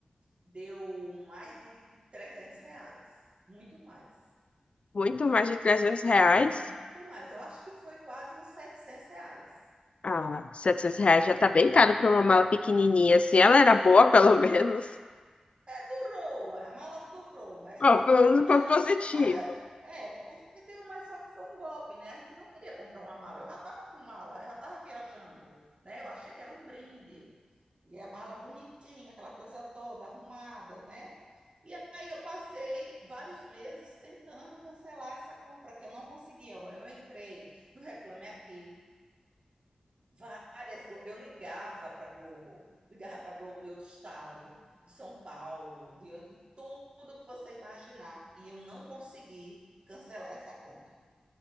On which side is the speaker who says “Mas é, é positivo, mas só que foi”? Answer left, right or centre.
Right